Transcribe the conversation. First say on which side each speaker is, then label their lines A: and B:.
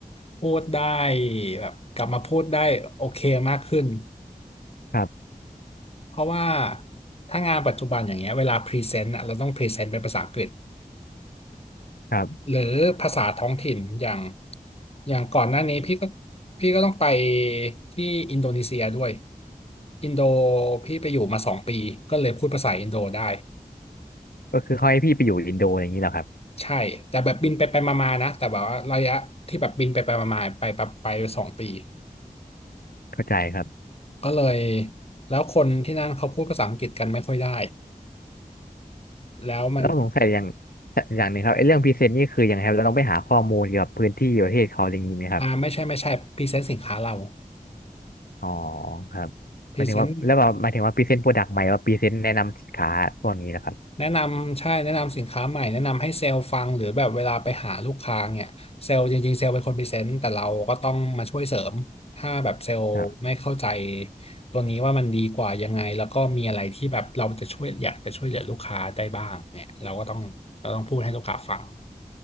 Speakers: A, on the left; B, on the left.
A: พูดได้แบบกลับมาพูดได้โอเคมากขึ้น
B: ครับ
A: เพราะว่าถ้างานปัจจุบันอย่างเงี้ยเวลาพรีเซนต์อ่ะเราต้องพรีเซนต์เป็นภาษาอังกฤษ
B: ครับ
A: หรือภาษาท้องถิ่นอย่างอย่างก่อนหน้านี้พี่ก็พี่ก็ต้องไปที่อินโดนีเซียด้วยอินโดพี่ไปอยู่มาสองปีก็เลยพูดภาษาอินโดได้
B: ก็คือเขาให้พี่ไปอยู่อินโดอย่างนี้เหรอครับ
A: ใช่แต่แบบบินไปไปมาๆนะแต่แบบว่าระยะที่แบบบินไปไปมาๆไปแบบไปสองปี
B: เข้าใจครับ
A: ก็เลยแล้วคนที่นั่นเขาพูดภาษาอังกฤษกันไม่ค่อยได้แล้วมัน
B: แล้วสงสัยอย่างอย่างหนึ่งครับไอ้เรื่องพรีเซนต์นี่คือยังไงครับเราต้องไปหาข้อมูลเกี่ยวกับพื้นที่ประเทศเขาอะไรอย่างนี้ไหมครับ
A: อ่าไม่ใช่ไม่ใช่พรีเซนต์สินค้าเรา
B: อ๋อครับหมายถึงว่าแล้วแบบหมายถึงว่าพรีเซนต์โปรดักต์ใหม่ว่าพรีเซนต์แนะนำสินค้าพวกนี้นะครับ
A: พรีเซนต์ แนะนำใช่แนะนำสินค้าใหม่แนะนำให้เซลล์ฟังหรือแบบเวลาไปหาลูกค้าเนี่ยเซลล์จริงๆเซลล์เป็นคนพรีเซนต์แต่เราก็ต้องมาช่วยเสริมถ้าแบบเซลล์ไม่เข้าใจ
B: ครับ
A: ตัวนี้ว่ามันดีกว่ายังไงแล้วก็มีอะไรที่แบบเราจะช่วยอยากจะช่วยเหลือลูกค้าได้บ้างเนี่ยเราก็ต้องเราต้องพูดให้ลูกค้าฟัง